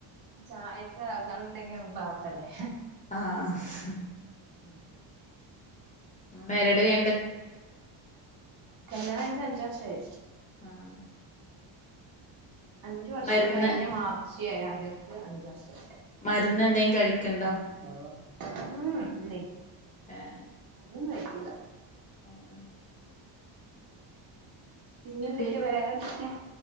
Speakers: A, on the right; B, on the left.
A: ചായക്കെ ആകാനുണ്ടെങ്കി നമക്ക് റാഹത്തല്ലേ
B: ആഹ്
A: ഉം
B: മാരീഡ് കഴി
A: കല്യാണം കഴിഞ്ഞിട്ട് അഞ്ചുവർഷായി
B: ആഹ്
A: അഞ്ച് വർഷം
B: മരുന്ന്
A: കഴിഞ്ഞ മാർച്ച് ഏയന്തിക്കക്ക് അഞ്ച് വർഷായി
B: മരുന്ന് എന്തേ കഴിക്ക്‌ണ്ടോ
A: വെള്ളം ഉം ഇല്ലേ
B: ഏഹ്
A: ഇതൊന്നും കയ്ക്കൂല്ല
B: ഉ ഉം
A: പിന്നെ എന്തൊക്കെയ
B: പിൻ
A: വേറെ എന്തൊക്കെയാ